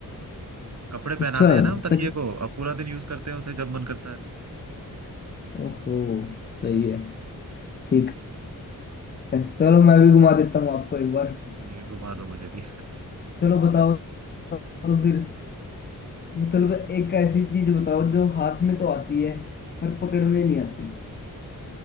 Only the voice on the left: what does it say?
अच्छा
तक
ओहो सही है ठीक
है चलो मैं भी घुमा देता हूँ आपको एक बार
चलो बताओ तो फिर मतलब एक ऐसी चीज बताओ जो हाथ में तो आती है पर पकड़
में नहीं आती